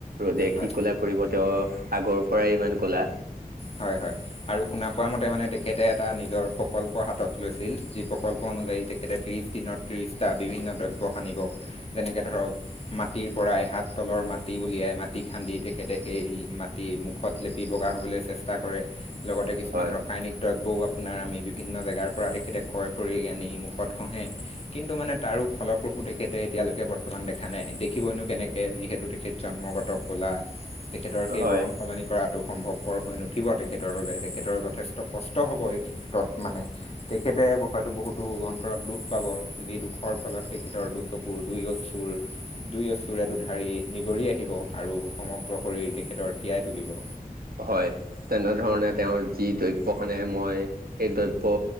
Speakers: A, on the right; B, on the left.
A: ৰ'দে
B: হয়
A: কি ক'লা কৰিব তেওঁ আগৰ পৰাই ইমান কলা।
B: হয় হয়, আৰু শুনা পোৱা মতে মানে তেখেতে এটা নিজৰ প্ৰকল্প হাতত লৈছিল যি প্ৰকল্প <unintelligible> তেখেতে ত্ৰিশ দিনত ত্ৰিশটা বিভিন্ন দ্ৰব্য সানিব। যেনেকে ধৰক মাটিৰ পৰা পাইহাত তলৰ মাটি উলিয়াই মাটি খান্দি তেখেতে সেই মাটি মুখত লেপি বগা হ'বলৈ চেষ্টা কৰে লগতে কিছুমান
A: হয়
B: ৰাসায়নিক দ্ৰব্য বৌ আপোনাৰ আমি বিভিন্ন জেগাৰ পৰা তেখেতে ক্ৰয় কৰি আনি মুখত ঘঁহে, কিন্তু মানে তাৰো ফলপ্ৰসু তেখেতে এতিয়ালৈকে বৰ্তমান দেখা নাই দেখিবইনো কেনেকে যিহেতু তেখেত জন্মগত ক'লা। তেখেতৰ সেই
A: হয়
B: বৰণ সলনি কৰাটো সম্ভৱপৰ হৈ নুঠ উঠিব তেখেতৰ বাবে তেখেতৰ যথেষ্ট কষ্ট হ'ব এই ক্ষেত্ৰত মানে তেখেতে হয়তো বহুতো অন্তৰত দুখ পাব যি দুখৰ ফলত তেখেতৰ দু চকুৰ দুই অচুৰ দুই অ ধাৰি নিগৰি আহিব আৰু সমগ্ৰ শৰীৰ তেখেতৰ তিয়াই তুলিব
A: হয়, তেনেধৰণে তেওঁৰ যি দ্ৰব্যখনে মই সেই দ্ৰব্য